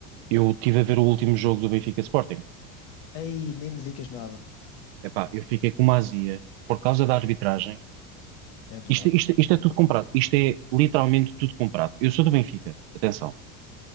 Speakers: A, on the right; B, on the left.
A: eu estive a ver o último jogo do Benfica Sporting.
B: Aí nem me digas nada.
A: Epá, eu fiquei com uma azia por causa da arbitragem.
B: É verdade.
A: Isto, isto, isto é tudo comprado. Isto é literalmente tudo comprado. Eu sou do Benfica, atenção.